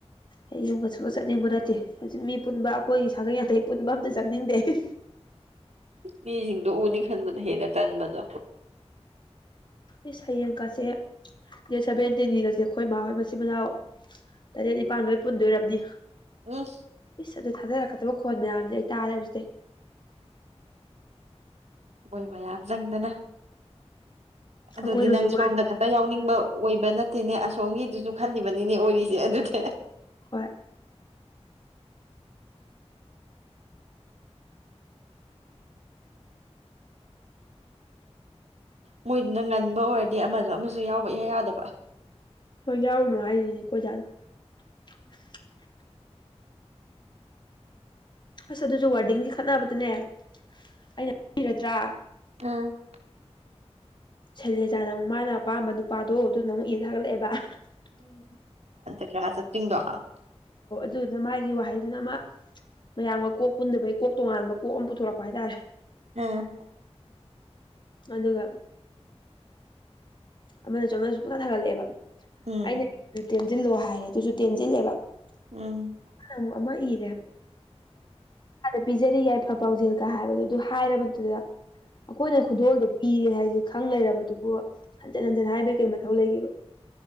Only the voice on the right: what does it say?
ꯃꯤꯁꯤꯡꯗꯣ ꯎꯅꯤ ꯈꯟꯕꯗ ꯍꯦꯟꯅ ꯇꯟꯕꯗꯣ
ꯎꯝ
ꯃꯣꯏ ꯃꯌꯥꯝ ꯆꯪꯗꯅ ꯑꯗꯨꯗꯤ
ꯅꯪ ꯁꯣꯝꯗ
ꯈꯛꯇ ꯌꯥꯎꯅꯤꯡꯕ ꯑꯣꯏꯕ ꯅꯠꯇꯦꯅꯦ ꯑꯁꯣꯝꯒꯤꯗꯨꯁꯨ ꯈꯜꯂꯤꯕꯅꯤꯅꯦ ꯑꯣꯏꯔꯤ ꯁꯦ ꯑꯗꯨꯗ
ꯃꯣꯏ ꯏꯅꯪ ꯉꯅꯕ ꯍꯥꯏ ꯗꯤ ꯑꯃꯗ ꯑꯃꯁꯨ ꯌꯥꯎꯕ ꯏꯌꯥ ꯌꯥꯗꯕ
ꯎꯝ
ꯆ ꯇꯤꯗꯣ ꯍꯥꯥ
ꯎꯝ
ꯎꯝ
ꯎꯝ